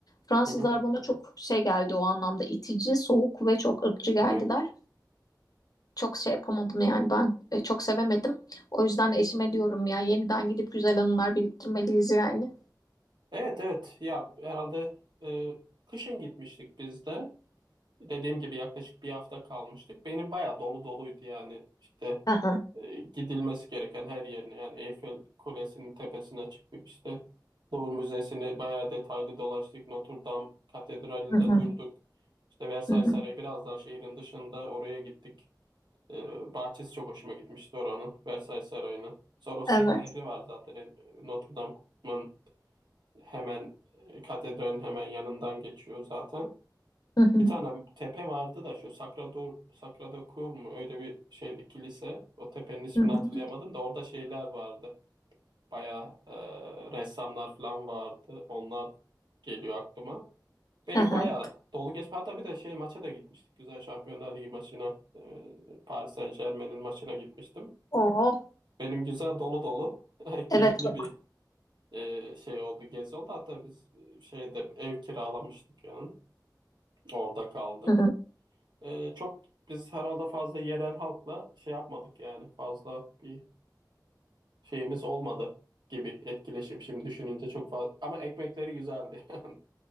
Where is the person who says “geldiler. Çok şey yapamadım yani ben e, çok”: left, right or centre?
Left